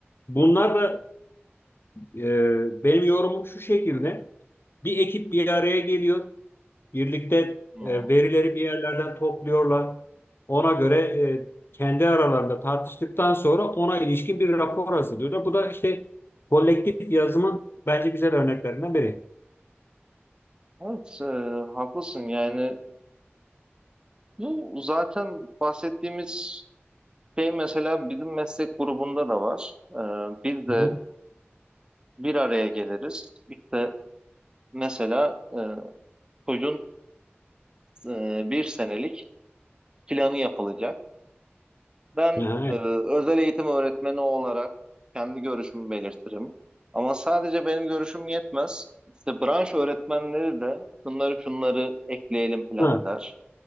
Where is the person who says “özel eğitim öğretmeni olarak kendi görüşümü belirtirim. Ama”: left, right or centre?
Right